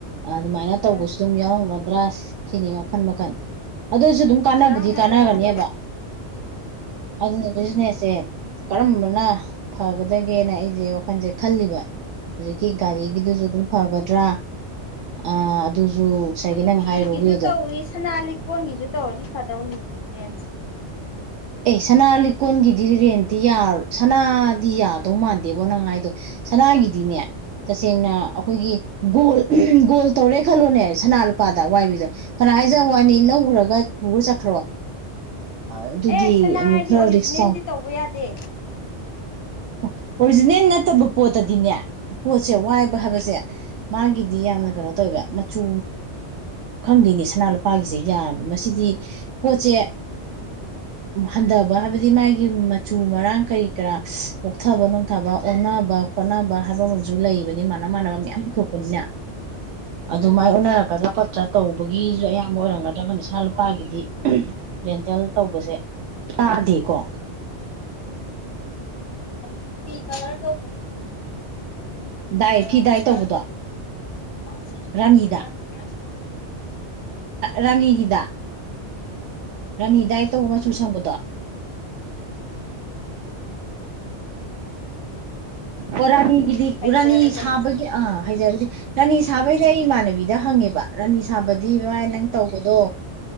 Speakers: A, on the right; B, on the left.
A: ꯑꯗꯨꯃꯥꯏꯅ
B: ꯎꯝ
A: ꯇꯧꯕꯁꯨ ꯑꯗꯨꯝ ꯌꯥꯎꯔꯝꯒꯗ꯭ꯔꯥ ꯁꯤꯅꯤ ꯃꯈꯜ ꯃꯈꯜ ꯑꯗꯨꯁꯨ ꯑꯗꯨꯝ ꯀꯥꯟꯕꯨꯗꯤ
B: ꯌꯥꯎꯔꯝꯒꯅꯤ
A: ꯀꯥꯟꯅꯒꯅꯦꯕ
B: ꯌꯥꯎꯔꯝꯒꯅꯤ
A: ꯑꯗꯨꯅ ꯑꯗꯨꯖꯤꯅꯦꯁꯦ ꯀꯔꯝꯕꯅ ꯐꯒꯗꯒꯦꯅ ꯑꯩꯁꯦ ꯋꯥꯈꯜꯁꯦ ꯈꯜꯂꯤꯕ ꯍꯧꯖꯤꯛꯀꯤ ꯒꯥꯔꯤꯒꯤꯗꯨꯁꯨ ꯑꯗꯨꯝ ꯐꯒꯗ꯭ꯔꯥ ꯑ ꯑꯗꯨꯁꯨ ꯉꯁꯥꯏꯒꯤ
B: ꯑꯗꯨ
A: ꯅꯪ
B: ꯐꯤꯒꯤꯁꯨ
A: ꯍꯥꯏꯔꯤꯕ ꯋꯦꯗꯣ
B: ꯇꯧꯏ ꯁꯅꯥ ꯂꯩꯀꯣꯟꯜꯒꯤꯁꯨ ꯇꯧꯔꯁꯤ ꯐꯗꯧꯅꯤ ꯍꯣꯔꯦꯟ
A: ꯑꯦ ꯁꯅꯥ ꯂꯤꯀꯣꯟꯜꯒꯤꯗꯤ ꯔꯦꯟꯇꯤ ꯌꯥꯔꯣ ꯁꯅꯥꯗꯤ ꯌꯥꯗꯧ ꯃꯥꯟꯗꯦꯕꯣ ꯅꯪ ꯍꯥꯏꯗꯣ ꯁꯅꯥꯒꯤꯗꯤꯅꯦ ꯇꯁꯦꯡꯅ ꯑꯩꯈꯣꯏꯒꯤ ꯒꯣꯜ ꯒꯣꯜ ꯇꯧꯔꯦ ꯈꯜꯂꯣꯅꯦ ꯁꯅꯥ ꯂꯨꯄꯥꯗ ꯋꯥꯏꯕꯤꯗꯣ ꯐꯅ ꯍꯥꯏꯖ ꯋꯥꯅꯤ ꯂꯧꯈ꯭ꯔꯒ ꯄꯨꯔ ꯆꯠꯈ꯭ꯔꯣ ꯑꯗꯨꯗꯤ
B: ꯑꯦ ꯁꯅꯥ
A: ꯑꯃꯨꯛ
B: ꯍꯥꯏꯗꯤ
A: ꯈꯔ
B: ꯑꯣꯔꯤꯖꯤꯅꯦꯜꯗꯤ
A: ꯔꯤꯛꯁ
B: ꯇꯧꯕ ꯌꯥꯗꯦ
A: ꯑꯣ ꯑꯣꯔꯤꯖꯤꯅꯦꯜ ꯅꯠꯇꯕ ꯄꯣꯠꯇꯗꯤꯅꯦ ꯄꯣꯠꯁꯦ ꯋꯥꯏꯕ
B: ꯎꯝ
A: ꯍꯥꯏꯕꯁꯦ ꯃꯥꯒꯤꯗꯤ ꯌꯥꯝꯅ ꯀꯩꯅꯣ ꯇꯧꯋꯦ ꯃꯆꯨ ꯈꯪꯗꯦꯅꯦ ꯁꯅꯥ ꯂꯨꯄꯥꯒꯤꯁꯦ ꯌꯥꯕ ꯃꯁꯤꯗꯤ ꯄꯣꯠꯁꯦ ꯍꯟꯊꯕ ꯍꯥꯏꯕꯗꯤ ꯃꯥꯒꯤ ꯃꯆꯨ ꯃꯔꯥꯡ ꯀꯔꯤ ꯀꯔꯥ ꯀꯣꯛꯊꯕ ꯅꯨꯡꯊꯕ ꯑꯣꯟꯅꯕ ꯈꯣꯠꯅꯕ ꯍꯥꯏꯕ ꯑꯃꯁꯨ ꯂꯩꯕꯅꯤ ꯃꯥꯥꯟꯅ ꯃꯥꯟꯅꯕ ꯃꯌꯥꯝ ꯄꯨꯊꯣꯛꯄꯅꯤꯅ ꯑꯗꯨꯃꯥꯏꯅ
B: ꯎꯝ
A: ꯑꯣꯟꯅꯔꯛꯀꯗ꯭ꯔꯥ ꯈꯣꯠꯇ꯭ꯔꯥ ꯇꯧꯕꯒꯤꯁꯨ ꯑꯌꯥꯝꯕ ꯑꯣꯏꯔꯝꯒꯗ꯭ꯔꯥ ꯀ ꯁꯥ ꯂꯨꯄꯥꯒꯤꯗꯤ ꯔꯦꯟꯇꯦꯜ ꯇꯧꯕꯁꯦ ꯇꯥꯗꯦꯀꯣ
B: ꯐ ꯀꯂꯔ ꯇꯧꯕ
A: ꯗꯥꯏ
B: ꯀꯂꯔ
A: ꯐꯤ ꯗꯥꯏ ꯇꯧꯕꯗꯣ
B: ꯇ
A: ꯔꯥꯅꯤꯗ
B: ꯍꯠꯇ ꯀꯅꯤ ꯈ
A: ꯔꯥꯅꯤꯒꯤꯗ ꯔꯥꯅꯤ ꯗꯥꯏ ꯇꯧꯕ ꯃꯆꯨ ꯁꯪꯕꯗꯣ ꯑꯣꯔꯥꯅꯤ ꯒꯤꯗꯤ
B: ꯍꯩꯖꯔꯒ
A: ꯔꯥꯅꯤ ꯁꯥꯕꯒꯤ ꯑ ꯍꯥꯏꯖꯔꯒꯗꯤ ꯔꯥꯅꯤ ꯁꯥꯕꯩꯗꯤ ꯑꯩ ꯏꯃꯥꯟꯅꯕꯤꯗ ꯍꯪꯉꯦꯕ ꯔꯥꯅꯤ ꯁꯥꯕꯗꯤ ꯚꯥꯏ ꯅꯪ ꯇꯧꯕꯗꯣ